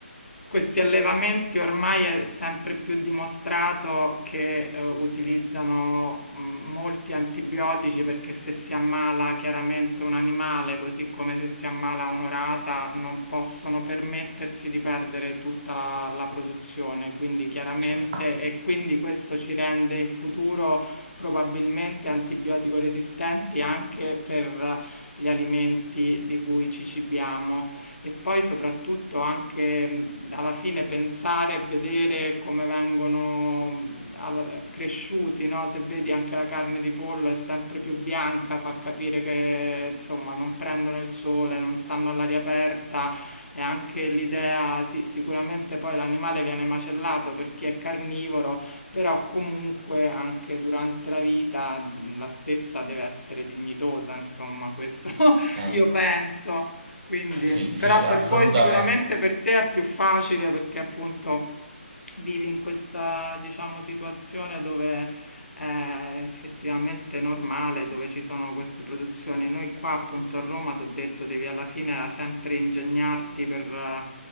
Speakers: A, on the left (about 80°); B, on the right (about 30°).
A: questi allevamenti ormai è sempre più dimostrato che eh, utilizzano mh, molti antibiotici perché se si ammala chiaramente un animale, così come se si ammala un'orata, non possono permettersi di perdere tutta la la produzione, quindi chiaramente
B: certo.
A: e quindi questo ci rende in futuro probabilmente antibiotico resistenti anche per gli alimenti di cui ci cibiamo e poi soprattutto anche mh, alla fine pensare e vedere come vengono mh, al- cresciuti, no? Se vedi anche la carne di pollo è sempre più bianca, fa capire che insomma non prendono il sole, non stanno all'aria aperta e anche l'idea, sì, sicuramente poi l'animale viene macellato per chi è carnivoro però comunque anche durante la vita mh, la stessa deve essere dignitosa, insomma, questo <laughs>
B: Esatto.
A: io penso. Quindi,
B: Sì,
A: però
B: sì,
A: per
B: assolutamente.
A: voi sicuramente per te è più facile perché appunto vivi in questa, diciamo, situazione dove è effettivamente normale, dove ci sono queste produzioni. Noi qua appunto a Roma ti ho detto devi alla fine sempre ingegnarti per eh,